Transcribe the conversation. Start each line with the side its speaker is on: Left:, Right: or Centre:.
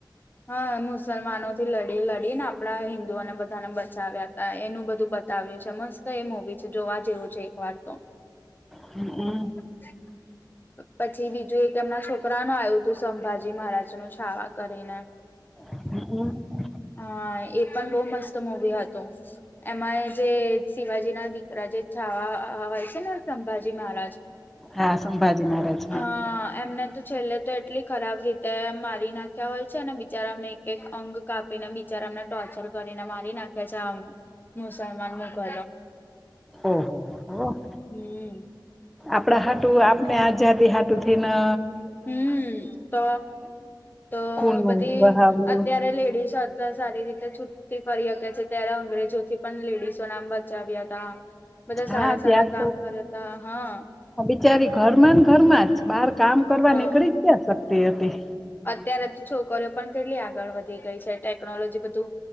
Left: હા મુસલમાનો થી લડી લડીને આપડા હિન્દુઓને બધાને બચાવ્યા હતા એનું બધું બ તાવ્યો છે મસ્ત એ મુવી છે જોવા જેવું છે એક વાર તો
Centre: હ હમ
Left: <inaudible> પછી બીજું એક એમના છોકરા ન આવ્યું હતું સંભાજી મહારાજ નું છાવા કરીને
Centre: હ હમ
Left: હા એ પણ બો મસ્ત મુવી હતું એમાં જે શિવાજી ના દીકરા જે છાવા હોય છે ને સંભાજી મહારાજ
Centre: હા સંભાજી મહારાજ
Left: હા એમને તો છેલ્લે તો એટલી ખરાબ રીતે એ મારી નાખ્યા હોય છે અને બિચારાને એક એક અંગ કાપીને બિચારાને ટોર્ચર કરીને મારી નાખ્યા છે આમ મુસાલમાન મુું કલ
Centre: ઓ હો હો હો હો
Left: હમ
Centre: આપડા હાટુ આપને આઝાદી હાટુ થી ને
Left: હમ તો તો
Centre: ખૂન
Left: બધી
Centre: વહાવ્યું
Left: અત્યારે લેડીસો અતવા સારી રીતે છૂતી ફરી શકે છે ત્યારે અંગ્રેજોથી પણ લેડીસો નામ બચાવ્યા હતા બધા
Centre: હા
Left: સારા
Centre: ત્યાં
Left: સારા કામ કર્યા હતા હા
Centre: બચારી ઘર ઘરમાં જ બહાર કામ કરવા
Left: હા
Centre: નીકળી જ ક્યાં શકતી હતી
Left: અત્યારે તો છોકરીઓ પણ તેટલી આગળ વધી ગઈ છે ટેકનોલોજી બધું